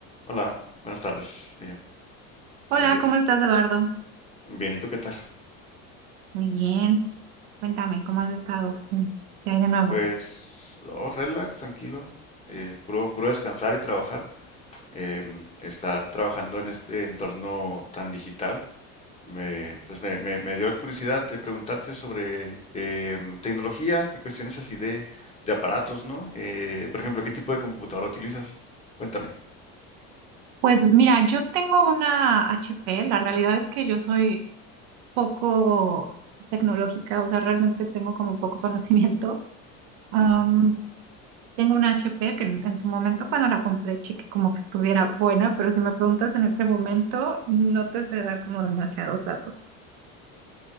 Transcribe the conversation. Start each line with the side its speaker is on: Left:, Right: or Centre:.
Left: Hola, buenas tardes, Miriam.
Right: Hola,
Left: Buenos días.
Right: ¿cómo estás, Eduardo?
Left: Bien, ¿y tú qué tal?
Right: Muy bien. Cuéntame, ¿cómo has estado? Mm, ¿Qué hay de nuevo?
Left: Pues, oh, relax, tranquilo. eh, puro, puro descansar y trabajar. Em, estar trabajando en este entorno tan digital, me, pues me, me, me dio la curiosidad de preguntarte sobre em, tecnología y cuestiones así de, de aparatos, ¿no? Eh, por ejemplo, ¿qué tipo de computadora utilizas? Cuéntame.
Right: Pues mira, yo tengo una HP. La realidad es que yo soy poco tecnológica, o sea, realmente tengo como poco <laughs> conocimiento. Am,
Left: Ujú.
Right: tengo una HP que en, en su momento cuando la compré, chequé como que estuviera buena, pero si me preguntas en este momento, no te sé dar como demasiados datos.